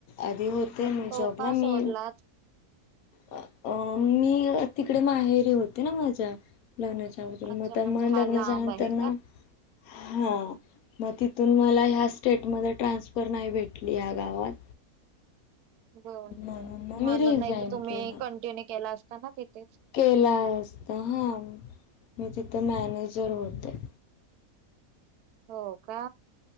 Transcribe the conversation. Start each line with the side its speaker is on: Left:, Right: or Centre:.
Left: आधी होते
Right: मग
Left: मी
Right: तो
Left: जॉबला
Right: का सोडलात?
Left: मी अ मी तिकडे माहेरी होते ना माझ्या लग्नाच्या
Right: अच्छा
Left: मते
Right: म्हणजे
Left: म
Right: हा
Left: लग्ना
Right: लांब
Left: झाल्या नंतर
Right: आहे
Left: ना
Right: का?
Left: हा मग तिथून मला ह्या स्टेटमध्ये ट्रान्सफर नाय भेटली ह्या गावात.
Right: बर
Left: म्हणून मग
Right: म्हणूण
Left: मी रिझाईन
Right: नायतर तुम्ही
Left: केला
Right: कंटिन्यू केला असता ना तिथेच?
Left: केला असता हां मी तिथे मॅनेजर होते.
Right: हो का